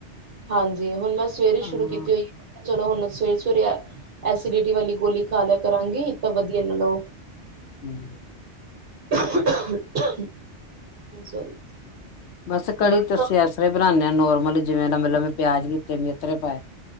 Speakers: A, on the right; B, on the left.
A: ਹਾਂਜੀ ਹੁਣ ਮੈਂ ਸਵੇਰੇ
B: ਹਾਂ
A: ਸ਼ੁਰੂ ਕੀਤੀ ਹੋਈ ਚਲੋ ਹੁਣ ਸਵੇਰ ਸਵੇਰੇ ਐਸੀਡਿਟੀ ਵਾਲੀ ਗੋਲੀ ਖਾ ਲਿਆ ਕਰਾਂਗੀ ਤਾਂ ਵਧੀਆ ਨਾ ਲਓ
B: ਹਮ
A: <unintelligible> <unintelligible> ਸੋਰੀ
B: ਬਸ ਕੜੀ
A: ਅੱਛਾ
B: ਤੁਸੀ ਐਸਰਾ ਬਣਾਂ ਆ ਨੋਰਮਲ ਜਿਵੇਂ ਲੰਮੇ ਲੰਮੇ ਪਿਆਜ ਕੀਤੇ ਮੇਥਰੇ ਪਾਏ